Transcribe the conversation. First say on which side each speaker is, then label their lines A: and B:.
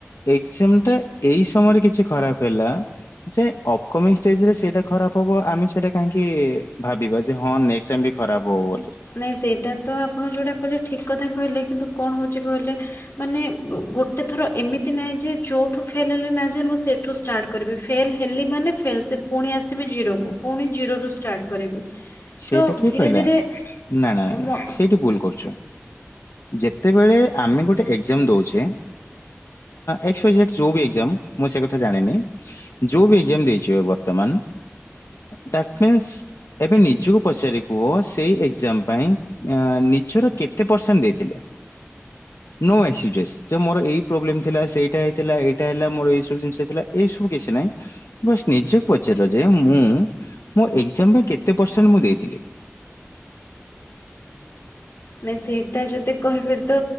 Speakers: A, on the left (about 80°); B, on the left (about 60°).
A: ଏକ୍ଜାମଟା ଏଇ ସମୟରେ କିଛି ଖରାପ ହେଲା, ଯେ ଅପକମିଂ ଯେ ସେ ସେଇଟା ଖରାପ ହବ ଆମେ ସେଟା କାହିଁକି ଭାବିବା ଯେ ହଁ ନେକ୍ସଟ୍ ଟାଇମ୍ ବି ଖରାପ ହବ ବୋଲି।
B: ନାଇ ସେଇଟା ତ ଆପଣ ଯୋଉଟା କହିଲେ ଠିକ୍ କଥା କହିଲେ କିନ୍ତୁ କଣ ହଉଚି କହିଲେ ମାନେ ଗୋଟେ ଥର ଏମିତି ନାହିଁ ଯେ ଯେଉଠୁ ଫେଲ୍ ହେଲେ ନା ଯା ମୁଁ ସେଇଠୁ ଷ୍ଟାର୍ଟ କରିବି ଫେଲ୍ ହେଲି ମାନେ ଫେଲ୍ ସେ ପୁଣି ଆସିବେ ଜିରୋକୁ। ପୁଣି ଜିରୋରୁ ଷ୍ଟାର୍ଟ କରିବି
A: ସେଇଟା
B: ତ
A: କିଏ
B: ଧୀରେ
A: କହିଲା
B: ଧୀରେ
A: ନା ନା ନା ନା
B: ମୋ
A: ସେଇଠୁ ଭୁଲ କରୁଛ ଯେତେବେଳେ ଆମେ ଗୋଟେ ଏକ୍ଜାମ ଦଉଛେ ଏକସ ୱାଇ ହେଡ ଯୋଉ ବି ଏଜାମ ମୁଁ ସେ କଥା ଜାଣିନି ଯୋଉ ବି ଏକ୍ସାମ ଦେଇଛ ବର୍ତ୍ତମାନ ଦ ମିନ୍ସ ଏବେ ନି ନିଯକୁ ପଚାରି କୁହ ସେଇ ଏକ୍ଜାମ ପାଇଁ ନିଜର କେତେ ପରସେଣ୍ଟ ଦେଇଥିଲେ? ନ ମୋର ଏଇ ପ୍ରୋବ୍ଲେମ ଥିଲା ସେଇଟା ହେଇଥିଲା ଏଇଟା ହେଲା ମୋର ଏଇ ସବୁ ଜିନିଷଇଥିଲା ଏଇ ସବୁ କିଛି ନାହିଁ। ବସ୍ ନିଜକୁ ପଚାର ଯେ ମୁଁ ମୋ ଏକ୍ଜାମ ପାଇଁ କେତେ ପରସେଣ୍ଟ ମୁଁ ଦେଇଥିଲି।
B: ନ ସେଇଟା ଯଦି କହିବେ ତ